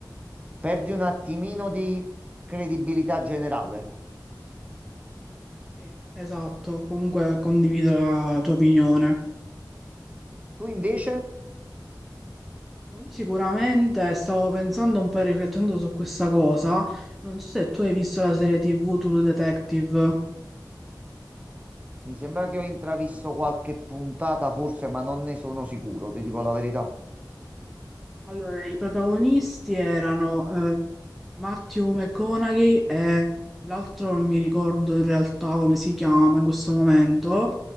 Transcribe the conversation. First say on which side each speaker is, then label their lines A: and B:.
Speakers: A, on the right (about 20°); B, in the centre.
A: perdi un attimino di credibilità generale.
B: Sì, Esatto, comunque condivido la tua opinione.
A: Tu invece?
B: Sicuramente stavo pensando un po' e riflettendo su questa cosa. Non so se tu hai visto la serie TV True Detective.
A: Mi sembra che ho intravisto qualche puntata, forse, ma non ne sono sicuro, ti dico la verità.
B: Allora, i protagonisti erano eh, Matthew McConaughey e l'altro non mi ricordo in realtà come si chiama in questo momento,